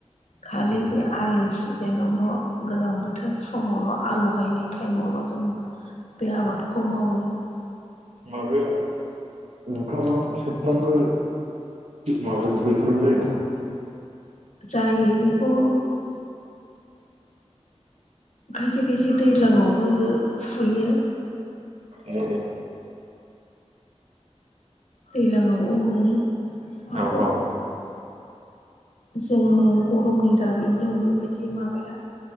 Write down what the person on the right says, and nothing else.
उम
माबाया ओंखामा सोबफ्रामबो माबा बोथोराव जायो नामा
ए
औ औ